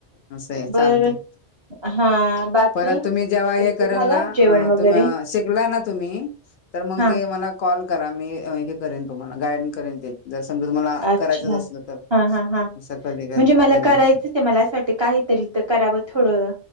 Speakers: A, on the left; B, on the right.
A: असं आहे चालतंय
B: बर हा बाकी
A: परत तुम्ही जेव्हा हे
B: तुमचं
A: कल
B: झालं
A: ना
B: जेवण वगैरे
A: तुम् शिकला ना तुम्ही तर मग
B: हा
A: ते मला कॉल करा मी हे कर ला गाईड करन ते जर समजा तुमला
B: अच्छा
A: करायचंच असलं तर
B: हा हा हा
A: असं कधी काय
B: म्हणजे मला
A: एकदा
B: करायचं आहे मला अससाठी काहीतरी तर करावं थोडं.